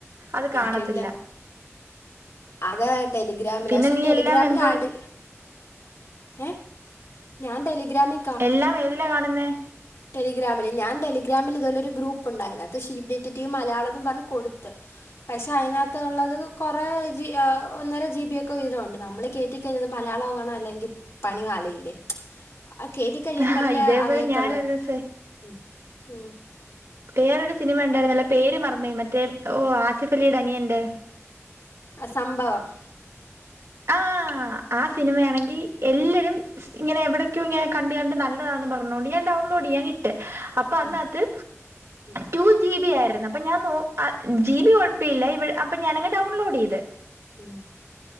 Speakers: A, on the right; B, on the left.
A: അത് കാണത്തില്ല.
B: എനിക്കില്ല ആകെ ടെലിഗ്രാമില്
A: പിന്നെ
B: പക്ഷെ
A: നീ
B: ടെലിഗ്രാമിൽ
A: എല്ലാം എന്തോ
B: ആട് ഏഹ്. ഞാൻ ടെലിഗ്രാമിൽ.
A: എല്ലാം ഏതിലാ കാണുന്നെ.
B: ടെലിഗ്രാമില് ഞാൻ ടെലിഗ്രാമിൽ ഇതുപോല ഒരു ഗ്രൂപ്പുണ്ടായിരുന്നു അത് ഷീ ഡിറ്റക്റ്റീവ് മലയാളതും പറഞ്ഞ് കൊടുത്ത്. പക്ഷെ അയ്നകത്തുള്ളത് കൊറേ ജി അ ഒന്നര ജി ബി ഒക്കെ വിതോണ്ട് നമ്മൾ കേറ്റി. ക്കെയ്തത് മലയാളം എങ്ങണോ അല്ലെങ്കി പണി ആളില്ലേ? അത് കേറ്റി കയ്യുമ്പോല്ലേ
A: ആ ഇതേപോലെ
B: അറിയത്തൊള്ളു
A: ഞാൻ ഒരു ദിവസേ
B: ആഹ് ആഹ്.
A: വേറൊരു സിനിമ ഉണ്ടായിരുന്നല്ലോ പേര് മറന്നോയി മറ്റേ ഓഹ് ആസിഫ് അലിയുടെ അനിയന്റെ.
B: അസംഭവം.
A: ആഹ് ആഹ് സിനിമയാണെങ്കി. എല്ലരും ഇങ്ങനെ എവിടേക്കോ ഇങ്ങനെ കണ്ട് കണ്ട് നല്ലതാന്ന് പറഞ്ഞോണ്ട് ഞാൻ ഡൗൺലോഡ് യ്യാനിട്ട്. അപ്പൊ
B: ഉം
A: അന്നകത്ത്
B: ഉം
A: ടു ജി ബി ആയിരുന്നു അപ്പൊ ഞാൻ നോ അ. ജി ബി കൊഴപ്യല്ല ഇവി അപ്പോ ഞാനങ് ഡൗൺലോഡ് ചെയ്ത്.
B: ആഹ്.